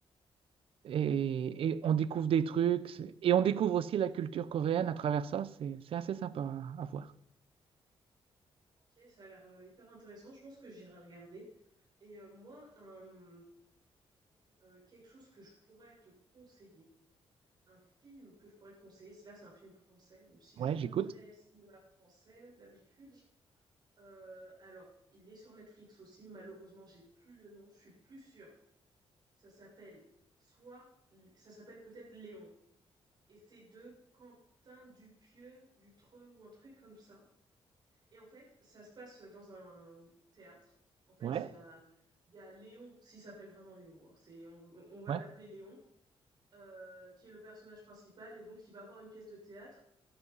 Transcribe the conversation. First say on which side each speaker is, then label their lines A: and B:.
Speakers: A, on the right; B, on the right.
A: et, et on découvre des trucs. c'est- Et on découvre aussi la culture coréenne à travers ça. C'est c'est assez sympa à, à voir.
B: Ok, ça a l'air euh, hyper intéressant. Je pense que j'irai regarder. Et euh, moi, un, euh, quelque chose que je pourrais te conseiller, un film que je pourrais te conseiller, c'est- là c'est un film français, même si
A: Ouais,
B: je suis
A: j'écoute.
B: pas très cinéma français d'habitude. Euh, alors, il est sur Netflix aussi. Malheureusement, j'ai plus le nom. Je suis plus sûre. Ça s'appelle soit, ça s'appelle peut-être Léon. Et c'est de Quentin Dupieux, Dutreux ou un truc comme ça. Et en fait, ça se passe dans un théâtre. En fait,
A: Ouais,
B: il y a, il y a Léon, s'il s'appelle vraiment Léon, hein, c'est, on, on va
A: ouais.
B: l'appeler Léon, euh, qui est le personnage principal, et donc il va voir une pièce de théâtre,